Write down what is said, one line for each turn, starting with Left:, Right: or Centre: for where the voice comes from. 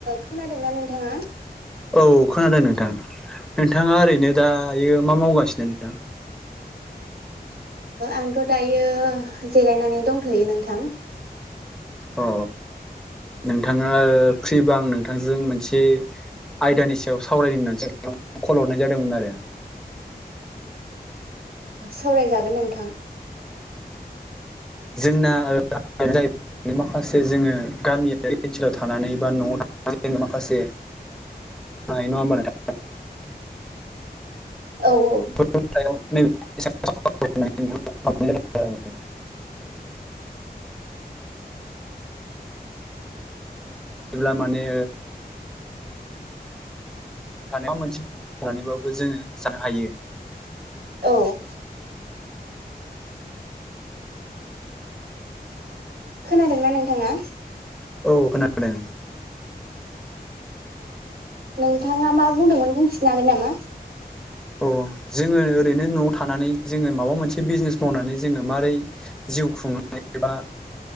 Right: खोनादोंना नोंथाङा?
Centre: औ खोनादों नोंथां नोंथाङा ओरैनो दायो मा मावगासिनो नोंथां
Right: आंथ' दायो जिरायनानै दंथ'यो नोंथां।
Centre: अ नोंथाङा फ्रिबा आं नोंथांजों मोनसे आयदानि सायाव सावरायनो होननानैसो कल हरनाय जादोंमोन आरो।
Right: सावरायजागोन नोंथां
Centre: जोंनानो जाहैबाय माखासे जोङो गामियारि ओनसोलाव थानानै बा न'आव थानानै जोङो माखासे हायो नङा होनबा नोंथां
Right: औ औ
Centre: <unintelligible> जें जेब्ला माने थानाया मोनसेबाबो जोङो जानो हायो।
Right: औ खोनादोंना नोंथाङा।
Centre: औ खोनादों
Right: नोंथाङा मा बुंदोंमोन बुंफिननो हागोन नामा?
Centre: अ जोङो ओरैनो न'आव थानानै जोङो माबा मोनसे बिजनेस मावनानै जोङो मारै। जिउ खुंनानै एबा